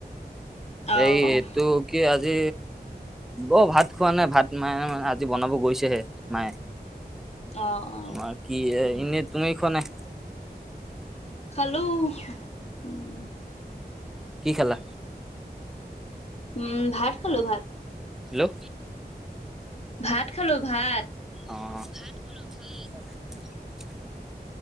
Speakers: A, on the left; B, in the centre.
A: অ'।
B: এই তোৰ কি আজি অহ ভাত খোৱা নাই ভাত মায়ে মানে আজি বনাব গৈছেহে মায়ে
A: অ', অ',
B: তোমাৰ কি এনেই তুমি খোৱা নাই?
A: হ্ল' উম
B: কি খালা?
A: উম, ভাত খালো ভাত।
B: হেল্ল',
A: ভাত খালো ভাত।
B: অ <unintelligible>